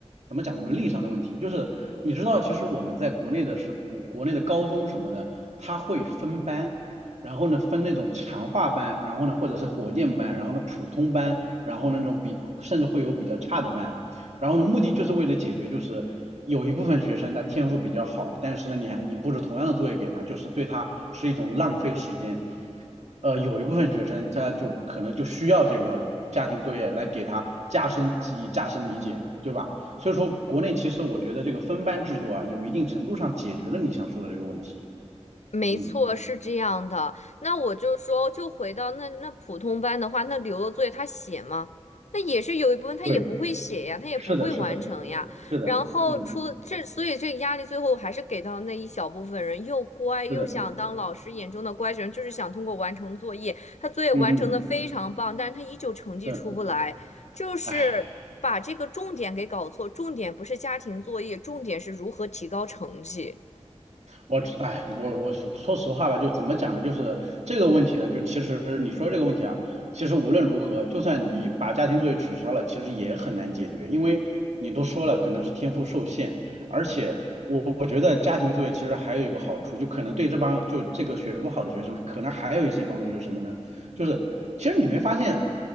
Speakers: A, on the right; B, on the left.
A: 怎么讲伦理上的问题，就是你知道，其实我们在国内的是，我国内的高中什么的，他会分班，然后呢分那种强化班，然后呢或者是火箭班，然后呢普通班，然后呢那种比甚至会有比较差的班，然后呢目的就是为了解决就是有一部分学生他天赋比较好，但是呢你还你布置同样的作业给他，就是对他是一种浪费时间。呃，有一部分学生他就可能就需要这个家庭作业来给他加深记忆、加深理解，对吧？所以说，国内其实我觉得这个分班制度啊，有一定程度上解决了你想说的这个问题。
B: 没错，
A: 嗯，
B: 是这样的。那我就说，就回到那那普通班的话，那留了作业他写吗？那也是有一部分他也不会写呀，
A: 对，
B: 他也不会完成呀。
A: 是的，是的，是的，
B: 然后出这，
A: 嗯，
B: 所以这个压力最后还是给到那一小部分人，又乖又想当老师眼中的乖学生，
A: 是的，
B: 就是想通过完成作业。他作业完成的非常棒，
A: 嗯嗯，
B: 但是他依旧成绩出不来，
A: 是，
B: 就是把这个重点给搞错。
A: 哎。
B: 重点不是家庭作业，重点是如何提高成绩。
A: 我哎，我我说说实话吧，就怎么讲呢？就是这个问题呢，就其实你说这个问题啊，其实无论如何，就算你把家庭作业取消了，其实也很难解决，因为你都说了，可能是天赋受限，而且我我觉得家庭作业其实还有一个好处，就可能对这帮就这个学不好的学生呢，可能还有一些帮助，就是什么呢？就是其实你没发现，